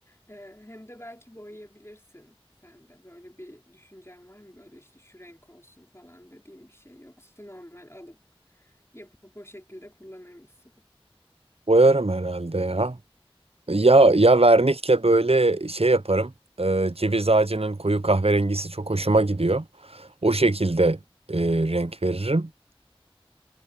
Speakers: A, on the left; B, on the right.
A: Ee, hem de belki boyayabilirsin sen de. Böyle bir düşüncen var mı? Böyle işte şu renk olsun falan dediğim bir şey. Yoksa normal alıp yapıp o şekilde kullanır mısın?
B: Boyarım herhalde ya. Ya ya vernikle böyle şey yaparım. Eee, ceviz ağacının koyu kahverengisi çok hoşuma gidiyor. O şekilde eee, renk veririm.